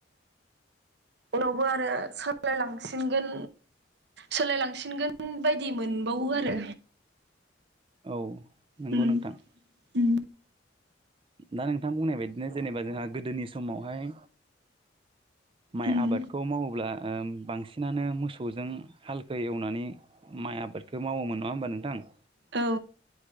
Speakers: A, on the right; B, on the right.
A: उनावबो आरो साफ्लायलांसिनगोन सोलायलांसिनगोन बायदि मोनबावो आरो
B: औ नोंगौ
A: उम
B: नोंथां
A: उम
B: दा नोंथां बुंनाय बायदिनो जेनेबा जोंहा गोदोनि समावहाय माइ
A: उम
B: आबादखौ मावोब्ला ओम बांसिनानो मोसौजों हालखो एवनानै माइ आबादखौ मावोमोन नङा होनोमबा नोंथां।
A: औ